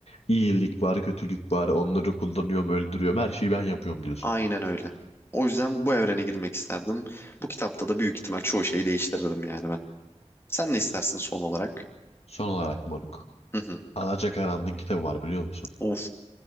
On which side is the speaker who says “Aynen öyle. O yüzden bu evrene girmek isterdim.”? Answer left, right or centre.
Left